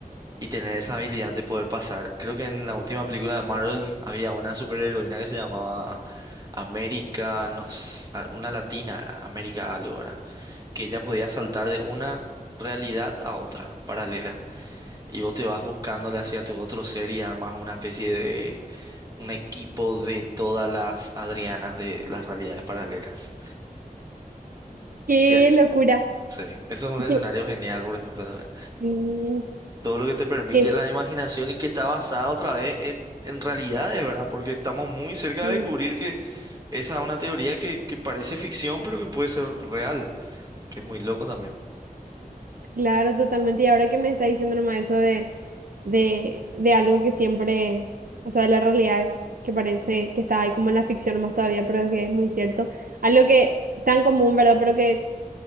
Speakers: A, on the right; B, on the right.
A: Y tener esa habilidad de poder pasar. Creo que en la última película de Marvel había una superheroína que se llamaba América, no sé, a- una latina era, América algo era, que ella podía saltar de una realidad a otra, paralela. Y vos te vas buscándole hacia tu otro ser y armas una especie de un equipo de todas las Adrianas de las realidades paralelas.
B: Qué
A: Ya.
B: locura.
A: Sí, eso es un escenario
B: Que,
A: genial, por ejemplo, también.
B: sí,
A: Todo lo que te permite
B: que-
A: la imaginación y que está basada otra vez en, en realidades, ¿verdad? Porque estamos muy cerca
B: sí,
A: de descubrir que esa es una teoría que, que parece ficción, pero que puede ser real, que es muy loco también.
B: claro, totalmente. Y ahora que me está diciendo nomás eso de, de, de algo que siempre, o sea, de la realidad que parece que está ahí como en la ficción nomás todavía, pero es que es muy cierto. Algo que tan común, ¿verdad? Pero que